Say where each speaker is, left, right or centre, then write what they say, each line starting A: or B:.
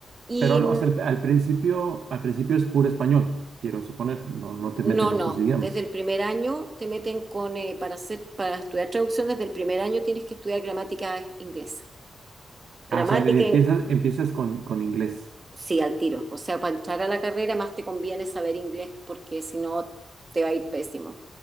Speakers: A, on the right (about 30°); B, on the right (about 80°).
A: Y
B: Pero al-
A: mm,
B: o sea, al, al principio, al principio es puro español, quiero suponer, no, no te
A: no,
B: meten otros
A: no,
B: idiomas.
A: desde el primer año te meten con, eh, para hacer, para estudiar traducción, desde el primer año tienes que estudiar gramática inglesa. Gramática,
B: Ah, o sea, empiezas,
A: in-
B: empiezas con, con inglés.
A: Sí, al tiro. O sea, para entrar a la carrera más te conviene saber inglés porque si no te va a ir pésimo.